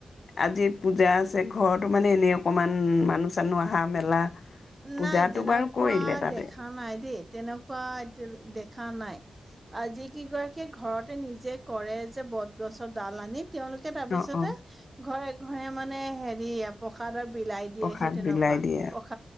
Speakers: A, on the left (about 50°); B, on the right (about 15°).
A: আজি পূজা আছে, ঘৰতো মানে এনেই অকমান মানুহ - চানুহ অহা মেলা পূজাতো
B: নাই তেনেকুৱা
A: বাৰু কৰিলে তাতে
B: দেখা নাই দেই, তেনেকুৱা এতিয়া দে খাম নাই, আজিকিগৰাকীয়ে ঘৰতে নিজে কৰে যে বটগছৰ ডাল আনি তেওঁলোকে তাৰপিছতে
A: অ অ
B: ঘৰ এৰি ঘৰে মানে হেৰি এয়া প্ৰসাদ আৰু বিলাই দিয়ে
A: প্ৰসাদ
B: হে তেনেকুৱা
A: বিলাই দিয়ে
B: প্ৰসা